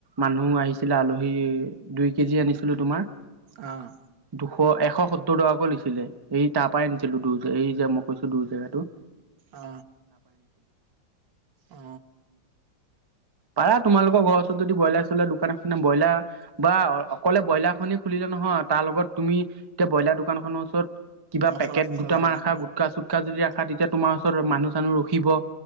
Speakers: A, on the right; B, on the right.
A: মানুহ আহিছিলে আলহী দুই কেজি আনিছিলো তোমাৰ।
B: অহঁ।
A: দুশ এশ সত্তৰ টকাকৈ লৈছিলে এই তাৰ পৰাই আনিছিলো দৰ এই যে মই কৈছো দূৰ জেগাতটো।
B: অ অ।
A: পাৰ তোমালৰ ঘৰ ওচৰত যদি বইলাৰ চ্ৰলাৰ দোকান খনে ব্ৰইলাৰ বা অকলে ব্ৰইলাৰ খনে খুলিলে নহয়। অ তাৰ লগত তুমি এতিয়া ব্ৰইলাৰ দোকান খনৰ ওচৰত। কিবা
B: মচলা
A: পেকেট
B: চচলা
A: দুটামান ৰাখা
B: অ
A: গুটকা চুটকা যদি ৰাখা তেতিয়া তোমাৰ ওচৰত মানুহ চানুহ ৰখিব।